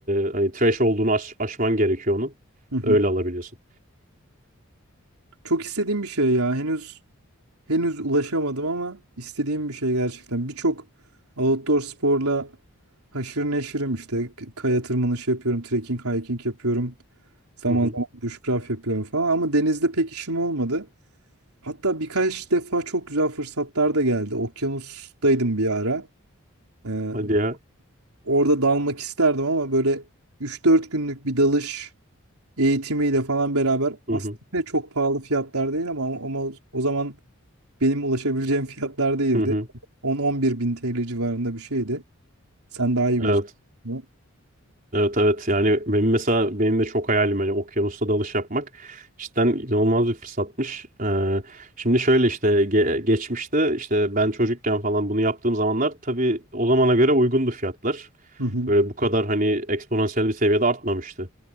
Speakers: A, on the right; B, on the right.
A: e, hani trash olduğunu aş- aşman gerekiyor onu.
B: Hı hı.
A: Öyle alabiliyorsun.
B: Çok istediğim bir şey ya. Henüz Henüz ulaşamadım ama istediğim bir şey gerçekten. Birçok outdoor sporla haşır neşirim işte. K- Kaya tırmanışı yapıyorum, trekking, hiking yapıyorum. Zaman
A: Hı hı.
B: zaman bushcraft yapıyorum falan ama denizde pek işim olmadı. Hatta birkaç defa çok güzel fırsatlar da geldi. Okyanustaydım bir ara. Ee,
A: Hadi ya.
B: orada dalmak isterdim ama böyle 3-4 günlük bir dalış eğitimiyle falan beraber
A: Hı
B: aslında
A: hı.
B: yine çok pahalı fiyatlar değil ama ama o o zaman benim ulaşabileceğim fiyatlar değildi.
A: Hı hı.
B: 10-11 bin TL civarında bir şeydi. Sen daha iyi
A: Evet.
B: bilirsin. bunu.
A: Evet evet yani benim mesela benim de çok hayalim hani okyanusta dalış yapmak cidden inanılmaz bir fırsatmış. Ee, şimdi şöyle işte ge- geçmişte işte ben çocukken falan bunu yaptığım zamanlar tabii o zamana göre uygundu fiyatlar.
B: Hı hı.
A: Böyle bu kadar hani eksponansiyel bir seviyede artmamıştı.